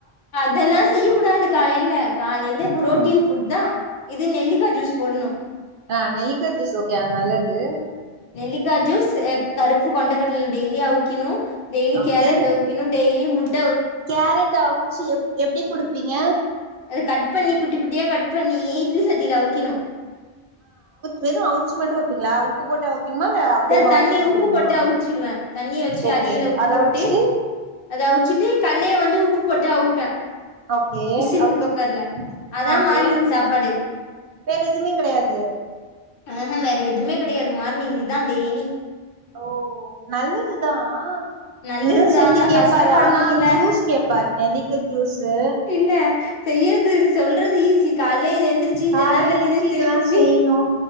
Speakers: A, on the left (about 60°); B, on the right (about 60°).
A: அதெல்லாம் செய்ய கூடாது காலையில காலையில
B: ம்
A: புரோட்டீன் ஃபுட் தான் இது நெல்லிக்கா ஜூஸ் போடணு
B: ஆ நெல்லிக்கா ஜூஸ் ஓகே நல்லது
A: நெல்லிக்கா ஜூஸ் கருப்பு கொண்ட கடல டெய்லி அவிக்கணு டெய்லி
B: ஓகே
A: கேரட் அவிக்கணு டெய்லி முஜ்
B: கேரட் அவுச்சு எப்டி குடுப்பீங்க
A: அத கட் பண்ணி குட்டி குட்டியா கட் பண்ணி இட்லி சட்டில அவிக்கணு
B: வெறும் அவுச்சு மட்டும் வெப்பீங்களா உப்பு போட்டு அவிக்கணுமா இல்ல அப்பயே
A: அதான்
B: பாயில்
A: தண்ணி
B: பண்ணி
A: உப்பு
B: குடுக்கணுமா
A: போட்டு அவுச்சிருவேன் தண்ணி வெச்சு
B: ஓகே
A: அடியில உப்பு
B: அத
A: போட்டு
B: அவுச்சுட்டு
A: அத அவுச்சிட்டு கல்லைய வந்து உப்பு போட்டு அவுச்பே
B: ஓகே
A: விசில்
B: அவுச்
A: குக்கர்ல அதான்
B: ஆ ஓகே
A: மார்னிங் சாப்பாடு
B: வேற எதுவுமே கிடையாது
A: ஆ ஹா வேற எதுவுமே கிடையாது மார்னிங் இதான் டெய்லி
B: ஓ நல்லதுதான்
A: நல்லதுதா
B: இவரு செஞ்சு
A: ஆனா
B: கேப்பாரு
A: கஷ்டப்படணும்ல
B: ஆனா ஜூஸ் கேப்பாரு நெல்லிக்க ஜூஸு
A: இல்ல செய்யறது சொல்றது ஈஸி கால்லே இது எந்திரிச்சு இதெல்லா
B: கால்ல
A: செஞ்சுட்டு
B: ஏஞ்சி இதெல்லா
A: திருப்பி
B: செய்யணு